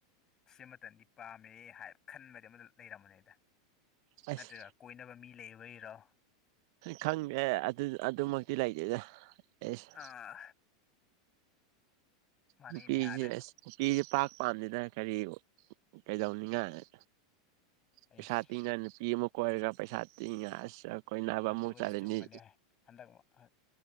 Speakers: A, on the left; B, on the right.
A: ꯁꯤꯃꯇꯟꯗꯤ ꯄꯥꯝꯃꯦ ꯍꯥꯏ ꯈꯟꯕꯗꯤ ꯑꯃꯗ ꯂꯩꯔꯝꯕꯅꯦꯗ
B: ꯑꯁ
A: ꯅꯠꯇ꯭ꯔꯔ ꯀꯣꯏꯅꯕ ꯃꯤ ꯂꯩꯕꯩꯔꯣ
B: ꯈꯪꯗꯦ ꯑꯗꯨ ꯑꯗꯨꯃꯛꯇꯤ ꯂꯩꯇꯦꯗ ꯑꯦꯁ
A: ꯑꯥ ꯃꯥꯟꯅꯩꯅꯦ
B: ꯅꯨꯄꯤꯖꯦ
A: ꯑꯗꯨꯗꯤ
B: ꯑꯁ ꯅꯨꯄꯤꯖꯦ ꯄꯥꯛ ꯄꯥꯝꯗꯦꯗꯥꯏ ꯀꯔꯤ ꯀꯩꯗꯧꯅꯤꯉꯥꯏ
A: ꯑꯩꯁ
B: ꯄꯩꯁꯥ ꯇꯤꯅ ꯅꯨꯄꯤ ꯑꯃꯨ ꯀꯣꯏꯔꯒ ꯄꯩꯁꯥ ꯇꯤꯡꯉ ꯑꯁ ꯀꯣꯏꯅꯕ
A: ꯑꯗꯨꯕꯨꯗꯤ
B: ꯑꯃꯨꯛ ꯆꯠꯂꯅꯤ
A: ꯆꯨꯝꯃꯅꯦ ꯍꯟꯗꯛꯃꯨ ꯍꯥ